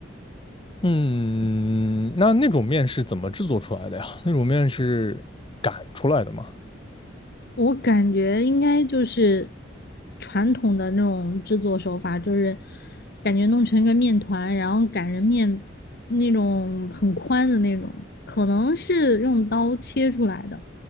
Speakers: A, on the left; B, on the left.
A: 嗯，那那种面是怎么制作出来的呀？那种面是擀出来的吗？
B: 我感觉应该就是传统的那种制作手法，就是感觉弄成一个面团，然后擀成面那种很宽的那种，可能是用刀切出来的，